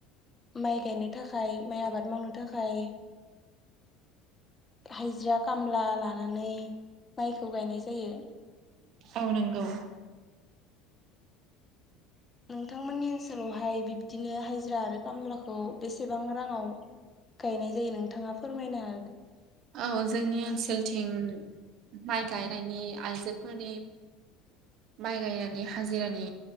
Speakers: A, on the left (about 25°); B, on the right (about 55°).
A: माइ गायनो थाखाय माइ आबाद मावनो थाखाय हायजिरा खामला लानानै माइखौ गायनाय जायो।
B: औ नंगौ।
A: नोंथांमोननि ओनसोलावहाय बिब्दिनो हाजिरा आरो खामलाखौ बेसेबां राङाव गायनाय जायो नोंथाङा फोरमायनो हा
B: औ जोंनि ओनसोलथिं माइ गायनायनि आइजोफोरनि माइ गायनानै हाजिरानि